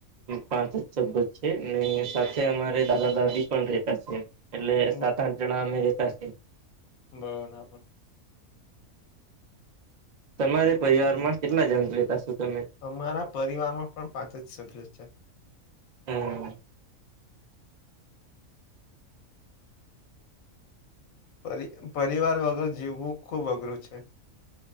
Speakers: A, on the right; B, on the left.
A: પાંચ સભ્ય છે ને સાથે અમારે દાદા દાદી પણ રહેતા છે. એટલે સાત
B: બ
A: આઠ જણા અમે રેતા છીએ.
B: બરાબર.
A: તમારે પરિવારમાં કેટલા જણ રેતા શો તમે.
B: અમારા પરિવારમાં પણ પાંચ જ સભ્યો છે.
A: હમ્મ.
B: પરિ પરિવાર વગર જીવવું ખૂબ અઘરું છે.